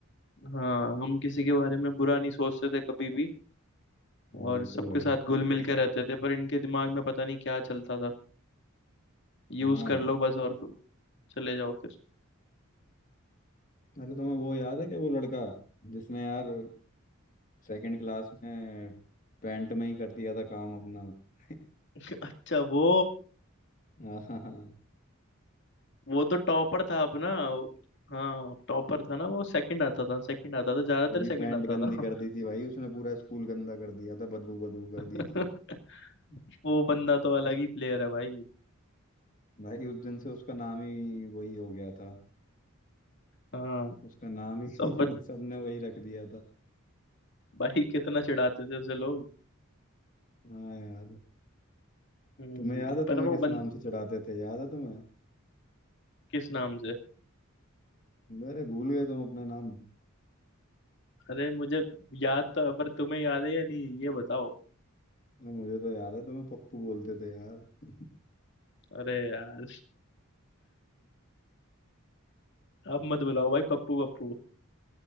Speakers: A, on the left; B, on the left.
A: हाँ हम किसी के बारे में बुरा नहीं सोचते थे कभी भी
B: बिल्कुल
A: और सबके
B: भाई
A: साथ घुल मिल के रहते थे पर इनके दिमाग में पता नहीं क्या चलता था यूज
B: हाँ
A: कर
B: यार
A: लो बस और चले जाओ फिर
B: अरे तुम्हें वो याद है क्या वो लड़का जिसने यार सेकंड क्लास में पैंट में ही कर दिया था काम अपना <laughs>
A: अच्छा वो
B: हाँ हाँ हाँ।
A: वो तो टॉपर था अपना हाँ टॉपर था ना वो सेकंड आता था सेकंड आता था ज्यादातर
B: पूरी
A: सेकंड
B: पैंट
A: आता
B: गंदी
A: था
B: कर दी थी भाई उसने पूरा स्कूल गंदा कर दिया था बदबू बदबू कर
A: <laughs>
B: दी थी
A: वो बंदा तो अलग ही प्लेयर है भाई
B: भाई उस दिन से उसका नाम ही वही हो गया था
A: हाँ
B: उसका नाम ही <laughs>
A: सब बच,
B: सबने वही रख दिया था
A: भाई कितना चिढ़ाते थे उसे लोग
B: हाँ यार
A: हम्म
B: तुम्हें याद है
A: पर
B: तुम्हें
A: वो
B: किस
A: बन
B: नाम से चढ़ाते थे याद है तुम्हें
A: किस नाम से
B: अरे भूल गए तुम अपना नाम
A: अरे मुझे याद तो है, पर तुम्हें याद है या नहीं ये बताओ
B: अरे मुझे तो याद है तुम्हें पप्पू बोलते थे यार <laughs>
A: अरे यार अब मत बुलाओ भाई पप्पू पप्पू